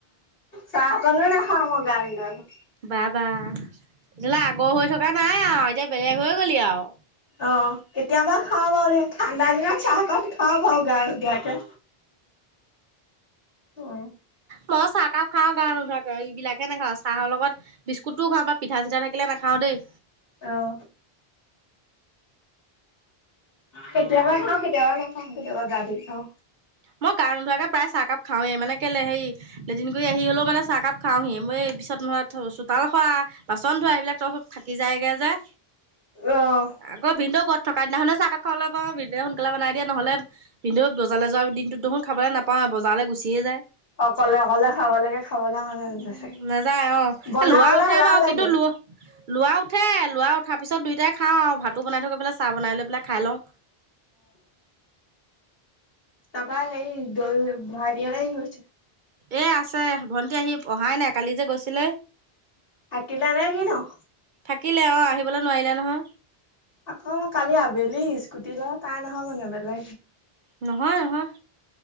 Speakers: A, on the left; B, on the right.
A: চাহ <unintelligible> অকননো নাখাওঁ মই গা নধুৱাকে।
B: বা বা তেতিয়াহ'লে আগৰ হৈ থকা নাই আৰু এতিয়া বেলেগ হৈ গলি আৰু
A: অ কেতিয়াবা খাওঁ পাৰ ঠাণ্ডা দিনত চাহকাপ খাওঁ বা গা নুধৱা কৰে। উম,
B: মই চাহ কাক খাওঁ, গা নোধৰা এইবাকে নাখাওঁ, চাহৰ লগত বিস্কুতটোও খাওঁ বা পিঠা চিঠা থাকিলে নাখাওঁ। ম <unintelligible>
A: আহ কেতিয়াবা খাওঁ কেতিয়াবা নাখাওঁ কেতিয়াবা গা ধুই খাওঁ।
B: মই গা নোধোৱাকে প্ৰায় চাহকাপ খাওে মানে কেলে হে এদিনগুৰি আহি হ'লেও মানে চাহকাপ খাওহিয়ে। মই এই পিছত নহয় চোতাল সৰা বাচন ধোৱা এইবিলাক তো থাকি যায়গে যে।
A: আহ
B: আকৌ ভিনদেউ ঘৰত থকা দিনা নয়, চাহ কাষৰলে পইণ্টটো বিন্ধুৱে সোনকালে বনাই দিয়, নহলে বিন্দু গজালে যোৱাৰ দিন দেখোন, খাবলৈ নাপাওঁ, বজাৰলৈ গুচিয়ে যায়
A: অকলে অকলে খাব লাগে খাবলৈ মন
B: উ,
A: গৈছে
B: নাযায় অ',
A: বনাবলে
B: লোৱা উঠে
A: এলাহ
B: বাৰু,
A: লাগে
B: কিন্তু লোৱা লোৱা উঠে, লোৱা উঠাৰ পিছত দুইটাই খাওঁ ভাতো বনাই থকা প, চাহ বনাই লৈ পেলাই, খাই লওঁ
A: থাপা হেৰি এইটো দ ভাইৰিয়েল নে গৈ হৈছে
B: এ, আছে ভণ্টি আহি অহাই নাই কালি যে গৈছিলে
A: হাটিলা লাগে ন <unintelligible>
B: থাকিলে, অ', আহিবলৈ নোৱাৰিলে নহয়
A: আকৌ মই কালি আবেলি স্কুটীৰ লগত তাই নহয়, মানে বেলেগ
B: নহয়, নহয়